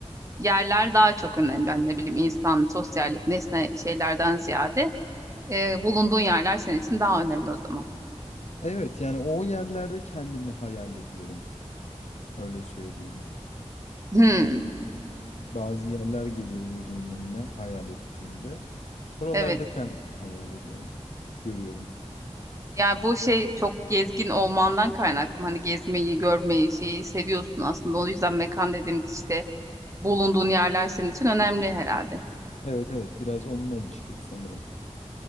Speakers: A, on the right; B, on the left.
A: Yerler daha çok önemli. Yani ne bileyim insan, sosyallik, nesne şeylerden ziyade e, bulunduğun yerler senin için daha önemli o zaman.
B: Evet yani o yerlerde kendimi hayal ediyorum. Öyle söyleyeyim.
A: Hmm,
B: Bazı yerler geliyor gözümün önüne hayal ettiğimde. Oralarda
A: evet.
B: kendimi hayal ediyorum. Görüyorum.
A: Yani bu şey çok gezgin olmandan kaynaklı. Hani gezmeyi, görmeyi, şeyi seviyorsun aslında. O yüzden mekan dediğimiz işte bulunduğun yerler senin için önemli herhalde.
B: Evet evet biraz onunla ilişkili sanırım.